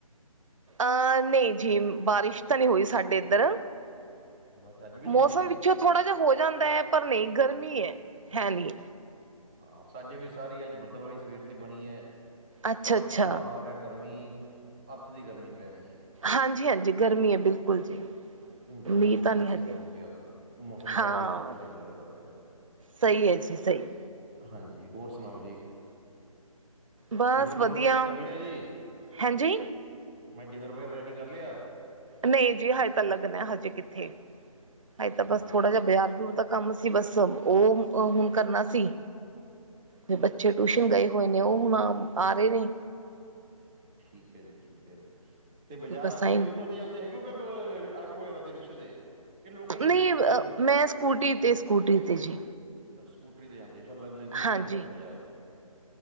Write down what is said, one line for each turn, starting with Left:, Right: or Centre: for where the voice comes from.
Right: ਅ ਨਈ ਜੀ ਬਾਰਿਸ਼ ਤਾ ਨੀ ਹੋਈ ਸਾਡੇ ਐਦਰ।
Centre: ਬਾਰਿਸ਼ ਅੱਜ ਵੀ ਨਹੀਂ
Right: ਮੌਸਮ
Centre: ਹੋਈ ਜੀ
Right: ਵਿੱਚੋ ਥੋੜਾ ਜਾ ਹੋ ਜਾਂਦਾ ਐ ਪਰ ਨੀ ਗਰਮੀ ਏ ਹੈ ਨੀ।
Centre: ਹਾਂ, ਸਾਡੇ ਵੀ ਸਾਰੀ ਅੱਜ ਬੱਦਲਵਾਈ ਸਵੇਰ ਦੀ ਬਨੀ ਐ
Right: ਅੱਛਾ
Centre: ਪਰ
Right: ਅੱਛਾ
Centre: ਬੁਰਾ ਹਾਲ ਏ ਗਰਮੀ ਅੱਤ ਦੀ ਗਰਮੀ ਪੈ ਰਹੀ
Right: ਹਾਂਜੀ- ਹਾਂਜੀ ਗਰਮੀ ਐ ਬਿਲਕੁਲ ਜੀ।
Centre: ਗਰਮ
Right: ਮੀਂਹ
Centre: ਮੌਸਮ
Right: ਤਾਂ ਨਹੀਂ
Centre: ਸੀਗਾ
Right: ਹਜੇ
Centre: ਬੋਤ ਜਾਦਾ, ਮੌਸਮ
Right: ਹਾਂ
Centre: ਦਾ ਹਜੇ ਕੋਈ ਪਤਾ ਨੀ ਲੱਗਦਾ ਪੇਆ।
Right: ਸਹੀ ਐ ਜੀ, ਸਹੀ।
Centre: ਹਾਂਜੀ, ਹੋਰ ਸੁਨਾਓ ਜੀ।
Right: ਬਸ
Centre: ਡਿਨਰ-
Right: ਵਧੀਆ
Centre: ਡੂਨਰ ਰੈਡੀ ਕਰ ਲਿਆ ਜੀ,
Right: ਹਾਂਜੀ
Centre: ਮੈਂ ਡਿਨਰ ਵਗੈਰਾ ਰੈਡੀ ਕਰ ਲਿਆ।
Right: ਨਈਂ ਜੀ, ਹਜੇ ਤਾਂ ਲੱਗਨੈ ਹਜੇ ਕਿੱਥੇ,
Centre: ਅੱਛਾ
Right: ਹਜੇ ਤਾਂ ਬਸ
Centre: ਲੱਗਣਾ
Right: ਥੋੜ੍ਹਾ ਜੇਆ,
Centre: ਹੈ
Right: ਬਜ਼ਾਰ-ਬਜੂਰ ਤੱਕ। ਕੰਮ ਸੀ ਬਸ ਓ, ਓ ਹੁਨ ਕਰਨਾ ਸੀ। 'ਤੇ ਬੱਚੇ ਟੂਸ਼ਨ ਗਏ ਹੋਏ ਨੇ, ਓ ਹੁਨ ਅਹ ਆ ਰੇ ਨੇ।
Centre: ਠੀਕ ਐ ਜੀ, ਠੀਕ ਐ। 'ਤੇ ਬਜ਼ਾਰ
Right: ਬਸ
Centre: ਆਪਨੇ
Right: ਆਈ
Centre: ਵਹੀਕਲ ਤੇ ਜਾਂਦੇ ਹੈਗੇ ਓ, ਕਿ ਬਅ ਆਟੋ-ਵਗੈਰਾ, 'ਤੇ ਰਿਕਸ਼ੇ 'ਤੇ? ਕਿ ਲੋਕਲ ਹੀ
Right: ਨਈ ਵ
Centre: ਪੈਦਲ
Right: ਮੈਂ ਸਕੂਟੀ ਤੇ, ਸਕੂਟੀ ਤੇ ਜੀ।
Centre: ਅੱਛਾ, ਸਕੂਟਰੀ 'ਤੇ ਜਾਂਦੇ, ਫਿਰ ਲਗ ਨਜ਼ਦੀਕ
Right: ਹਾਂਜੀ
Centre: ਈ ਹੋਨੈ ਹੈਗਾ ਬਜ਼ਾਰ।